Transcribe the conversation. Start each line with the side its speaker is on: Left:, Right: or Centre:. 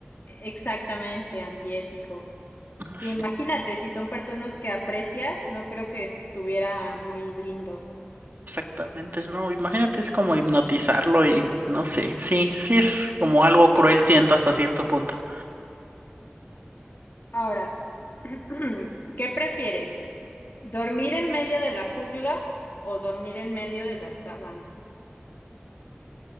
Left: Exactamente, antiético.
Right: <laughs>
Left: Imagínate,
Right: Sí,
Left: si son personas que aprecias, no creo que estuviera muy lindo.
Right: exactamente, ¿no? Imagínate, es como hipnotizarlo y no sé, sí, sí es como algo cruel, siento hasta cierto punto.
Left: Ahora, <clears throat> ¿qué prefieres? ¿Dormir en medio de la jungla o dormir en medio de la sabana? <laughs>